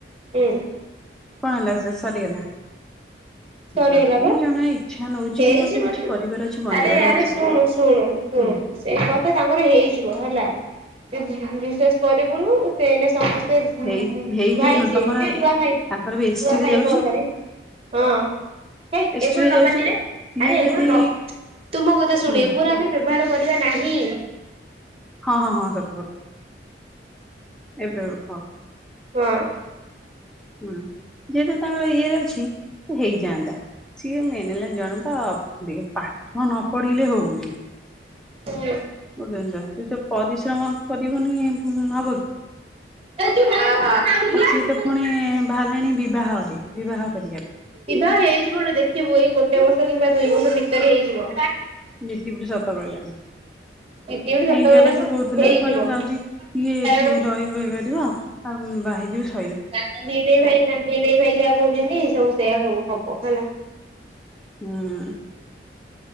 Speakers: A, on the right; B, in the centre.
A: ହୁଁ।
B: କଣ ହେଲା ସେ ସରିଗଲା।
A: ସରିଗଲା
B: ଯଦି
A: ବା
B: ଜଣେ ଇଚ୍ଛା ନଉଛି
A: ହେଇଜିବ
B: କି ମତେ କିଛି କରିବାର ଅଛି ବନିବାର
A: ଆରେ ଆରେ
B: ଅଛି
A: ଶୁଣୁ ଶୁଣୁ ଶୁଣୁ
B: ହୁଁ
A: ସେ କଥା ତାଙ୍କର ହେଇଯିବ ହେଲା ସେ ବିଶ୍ଵାସ କରିବୁନୁ ସେ ଏଇନେ ସମସ୍ତେ
B: ହେଇ ହେଇ ଯେ
A: ଭାଇଛିି
B: ଶୁଣ ତମର
A: ଏବେ ନୂଆ ଭାଇ ନୂଆ
B: ତାଙ୍କର ବି ଏସ୍ ଟି ରେ
A: ଭାଇଙ୍କ
B: ଯାଉଛି
A: କଥାରେ। ହଁ ହେ
B: ଏସ୍
A: ଏଗୁରା
B: ଟି
A: ନବାନି
B: ଯାଉଛି
A: ରେ
B: ସିଏ
A: ଆରେ ଏଗୁରା
B: ଯଦି
A: ନ ତୁ ମୋ କଥା ଶୁଣେ
B: ହୁଁ
A: ଏଗୁରା ତାକୁ ଆମେ ବ୍ୟବହାର କରିବା ନାହିଁ।
B: ହଁ ହଁ ହଁ ସତ ଏବେ କ
A: ହଁ।
B: ହୁଁ ଯେହେତୁ ତାଙ୍କର ଇଏରେ ଅଛି ହେଇଯାଆନ୍ତା। ସିଏ ମେନ ହେଲା ଜଣେ ତ ଟିକେ ପାଠ ନ ପଢିଲେ ହଉନି।
A: ହୁଁ।
B: ବୁଝୁଛ ତ ସେ ପରିଶ୍ରମ କରିବୁନି ହବ କି?
A: ବିବାହ
B: ଆଉ ସିଏ ତ ପୁଣି ବାହାରିଲେଣି ବିବାହରେ ବିବାହ କରିବା
A: ସିଧା ହେଇଯିବନୁ ଦେଖିବୁ ଏଇ ଗୋଟେ ବର୍ଷ କିମ୍ବା ଦୁଇ ବର୍ଷ ଭିତରେ ହେଇଯିବ।
B: ଝିଟି ପିଟି ସତ କହିଲା।
A: ଏତେ ବି ସତ
B: ହେଇ
A: କହିଲା
B: ଯିବାପା
A: ନୁହଁ
B: ସେ କହୁଥିଲେ
A: ହେଇଯିବ
B: କହିଲେ ମୁ ଯାଉଛି ଇଏ ଏଠି
A: କାରଣ
B: ରହିବ ହେଇ କରିବ। ଆଉ ବାହା ସ୍
A: ତାଙ୍କ ଭିଣେଇ ଭାଇ ନା ଭିଣେଇ ଭାଇ ଯାହା କହୁଛନ୍ତି ସବୁ ସେୟା ହଉ ହବ ହେଲା।
B: ହଁ।